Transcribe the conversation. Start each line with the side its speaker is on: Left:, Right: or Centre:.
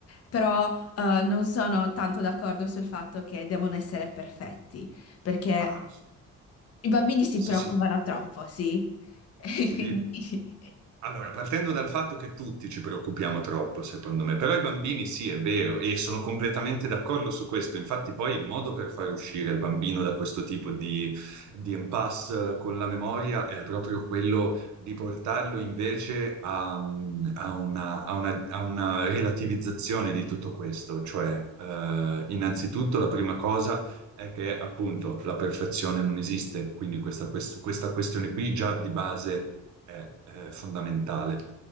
Left: Però eh, non sono tanto d'accordo sul fatto che devono essere perfetti, perché
Right: Ah, sì,
Left: i bambini si
Right: sì,
Left: preoccupano
Right: sì.
Left: troppo, sì? <laughs> E
Right: sì.
Left: quindi-
Right: Allora, partendo dal fatto che tutti ci preoccupiamo troppo, secondo me, però i bambini sì, è vero, e sono completamente d'accordo su questo. Infatti, poi il modo per far uscire il bambino da questo tipo di, di impasse con la memoria è proprio quello di portarlo invece a, a una, a una- a una relativizzazione di tutto questo. Cioè, eh, innanzitutto, la prima cosa è che appunto la perfezione non esiste, quindi questa, quest- questa questione qui già di base è, eh, fondamentale.